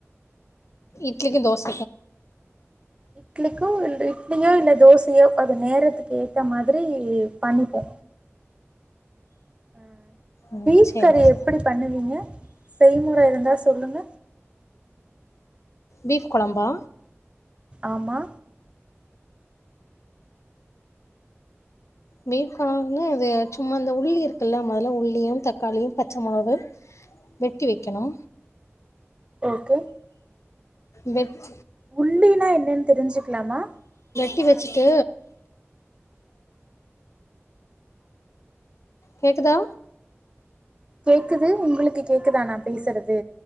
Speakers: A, on the left (about 75°); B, on the right (about 20°).
A: இட்லிக்கும் தோசை
B: இட்லிக்கு இல்ல இட்லியோ இல்ல தோசையோ அது நேரத்துக் கேத்த மாதிரி பண்ணிப்போ அ
A: ம்
B: பீஃப்
A: சேரி
B: கறி
A: சேரி
B: எப்புடி பண்ணுவீங்க செய்முறை இருந்தா சொல்லுங்க
A: பீஃப் குழம்பா
B: ஆமா
A: பிஃப் குழம்புன்னா அது சும்மா இந்த உள்ளி இருக்குல்ல முதல்ல உள்ளியும் தக்காளியும் பச்ச மொளகு வெட்டி வெக்கிணு
B: ஓகே
A: வெட்
B: உள்ளினா என்ன னேன் தெரிஞ்சுக்குலாமா
A: ட்டி வெச்சுட்டு கேக்குதா
B: கேக்குது உங்களுக்கு கேக்குதா நா பேசுறது